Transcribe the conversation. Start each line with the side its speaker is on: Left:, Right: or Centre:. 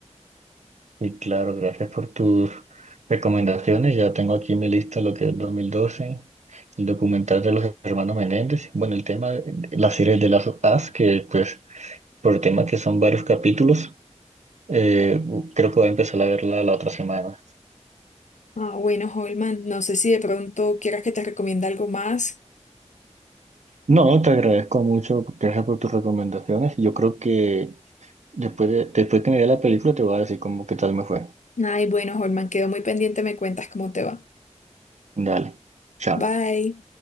Right: Y claro, gracias por tus recomendaciones. Ya tengo aquí en mi lista lo que es dos mil doce el documental de los hermanos Menéndez. Bueno, el tema, de la serie de las As, que pues por tema que son varios capítulos, eh, creo que voy a empezar a verla la otra semana.
Left: Ah, bueno, Holman, no sé si de pronto quieras que te recomiende algo más.
Right: No, te agradezco mucho, gracias por tus recomendaciones. Yo creo que... Después de, después que me vea la película te voy a decir cómo qué tal me fue.
Left: Ay, bueno, Holman, quedo muy pendiente, me cuentas cómo te va.
Right: Dale. Chao.
Left: Bye.